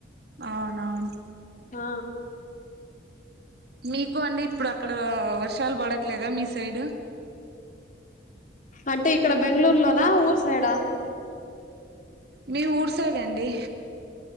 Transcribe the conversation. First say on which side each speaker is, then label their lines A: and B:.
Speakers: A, on the right (about 65°); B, on the left (about 45°).
A: అవునవును
B: ఆ
A: మీకు అండి ఇప్పుడు అక్కడ వర్షాలు పడట్లేదా మీ సైడ్
B: అంటే ఇక్కడ బెంగళూరులోనా ఊరు సైడా?
A: మీ ఊరు సైడ్ అండి